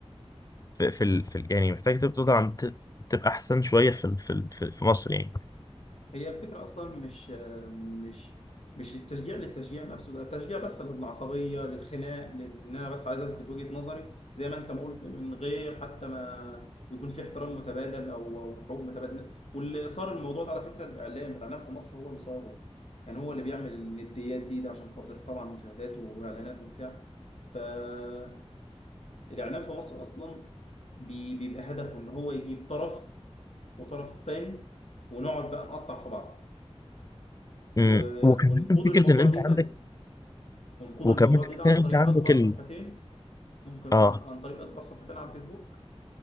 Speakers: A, on the left; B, on the left.
A: في في, ال في ال يعني محتاجه تبقى تبقى عند- تبقى احسن شويه في ال- في ال- في في مصر يعني
B: هي الفكرة أصلا مش مش مش التشجيع للتشجيع نفسه ده التشجيع بس للعصبية للخناق لل- إن أنا بس عايز أثبت وجهة نظري زي ما أنت ما قلت من غير حتى ما يكون في احترام متبادل أو أو حقوق متبادلة واللي صار الموضوع ده على فكرة الإعلام الإعلام في مصر هو اللي صاره يعني هو اللي بيعمل النديات دي ده عشان خاطر طبعا مشاهدات وإعلانات وبتاع فالإعلام في مصر أصلا بي- بيبقى هدفه إن هو يجيب طرف وطرف تاني ونقعد بقى نقطع في بعض
A: مم.
B: و-
A: وكمان
B: ونقود
A: فكره
B: الموضوع
A: ان انت
B: دي ده
A: عندك
B: ونقود
A: وكمان
B: الموضوع
A: فكره
B: دي ده عن
A: ان انت
B: طريق
A: عندك
B: اكبر
A: ال...
B: صفحتين ممكن
A: اه
B: عن, عن طريق اكبر صفحتين على الفيسبوك